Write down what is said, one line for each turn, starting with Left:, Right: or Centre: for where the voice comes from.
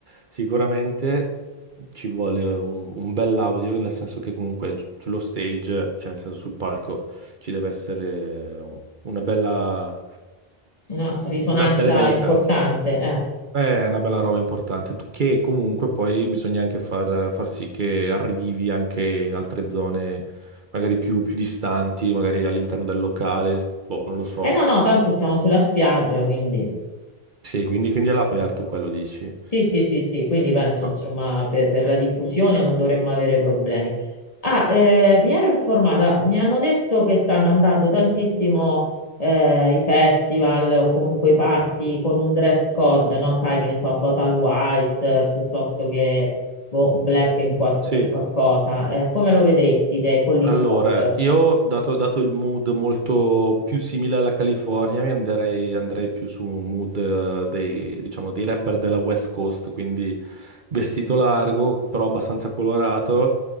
Right: sicuramente ci vuole un, un bel audio, nel senso che comunque gi- sullo stage, cioè nel senso sul palco, ci deve essere una bella,
Left: Una risonanza
Right: una- delle belle
Left: importante,
Right: case.
Left: eh.
Right: È una bella roba importante, che comunque poi bisogna anche far, far sì che arrivi anche in altre zone, magari più, più distanti, magari all'interno del locale, boh, non lo so.
Left: Eh no, no, tanto siamo sulla spiaggia, quindi
Right: Sì, quindi, quindi è all'aperto quello dici.
Left: sì, sì, sì, sì, quindi penso
Right: Ah,
Left: insomma per, per la diffusione non dovremmo avere problemi. Ah, eh, mi ero informata, mi hanno detto che stanno andando tantissimo eh, i festival o comunque i party con un dress code, no? Sai che ne so, total white eh, piuttosto che boh, black and qual-
Right: sì.
Left: e qualcosa. Eh, come lo vedresti te con l'hip
Right: Allora,
Left: hop?
Right: io dato, dato il mood molto più simile alla California, mi andrei, andrei più su un mood eh, dei, diciamo, dei rapper della West Coast, quindi vestito largo, però abbastanza colorato